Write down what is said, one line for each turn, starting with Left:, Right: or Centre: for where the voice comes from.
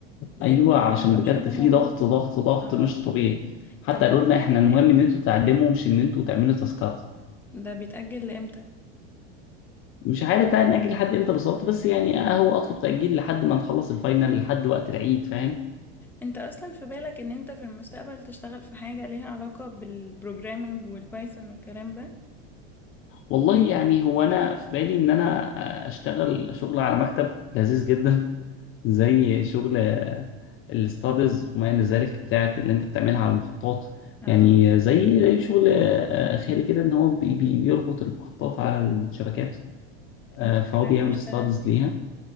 Centre: ده
Left: ايوه
Centre: حلو
Left: علشان
Centre: جدا الأوبشن
Left: بجد
Centre: ده
Left: في
Centre: موجود
Left: ضغط ضغط ضغط
Centre: اه
Left: مش طبيعي حتى
Centre: طب ده
Left: قالوا
Centre: بيتأجل
Left: لنا احنا المهم
Centre: لإمتى
Left: ان انتوا تعلموا مش ان انتوا تعملوا تاسكات
Centre: ده بيتأجل لإمتى
Left: مش عارف بقى نأجل لحد امتى بالظبط بس يعني هو اطلب تأجيل لحد ما نخلص الفاينل لحد وقت العيد فاهم
Centre: انت اصلا في بالك ان انت في المستقبل تشتغل في حاجة ليها علاقة بالبروجرامينج والبايثون والكلام ده
Left: والله يعني هو انا في بالي ان انا اشتغل شغل على مكتب لذيذ جدا <laughs> زي شغل الاستادز وما الى ذلك بتاعت اللي انت بتعملها على المحطات
Centre: اه
Left: يعني زي زي شغل آه، خيالي كده ان هو بي- بي- بيربط المحطات على الشبكات آه،
Centre: انت خالك
Left: فهو بيعمل
Centre: بيشتغل
Left: استادز ليها